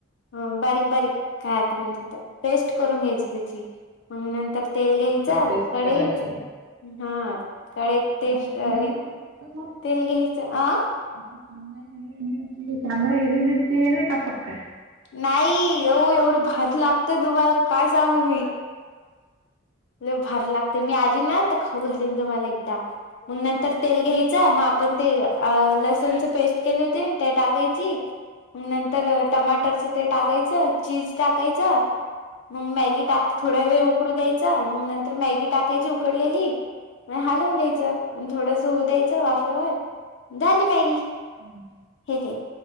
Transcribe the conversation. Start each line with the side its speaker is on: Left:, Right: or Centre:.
Left: अ बारीक बारीक काय आता म्हणतेत त्याला पेस्ट करून घ्यायची त्याची. मग नंतर तेल घ्यायचं
Right: पेस्ट
Left: कढईच
Right: करायची.
Left: हा कढईत. टेस्ट
Right: का नाही
Left: हे
Right: का <unintelligible>
Left: तेल घ्यायचं आ.
Right: असं कांदा हिरवी मिरची कांदा हिरवी मिरची हे नाई कापत का?
Left: नाही येऊ एवढं भारी लागतय तुम्हाला काय सांगू मी. लई भारी लागते मी आली ना तर खाऊ घालीन तुम्हाला एकदा मग नंतर तेल घ्याय च मग आपण ते. अ लसणच पेस्ट केली होती ना त्या टाकायची अ नंतर टमाटरचं ते टाकायचं चीज टाकायचं मग मॅगी टाक थोड्या वेळ उकडू द्याय च मग नंतर मॅगी टाकायची उकडलेली म हालवून घ्यायचं आण थोडस होऊ द्याय च वाफेवर झाली मॅगी.
Right: हम्म.
Left: हे घे.